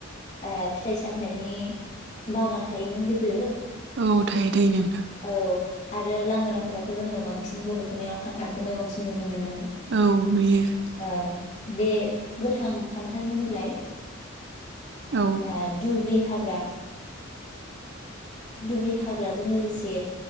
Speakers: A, on the left; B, on the right.
A: आ। फिथाइ सामथायाइनि बागान थायोमोन गोदो।
B: औ थायो थायो नोंथां
A: औ आरो लांगोनाफोरावथ जोङो बांसिन बर'फोरनि याव खान्थालखौनो बांसिन नुनो नुनो मोनोमोन
B: औ नुयो
A: औ। बे गोथां खान्थालनि बिलाइ
B: औ
A: आ दुब्रि हाग्रा दुब्रि हाग्राजों लोगोसे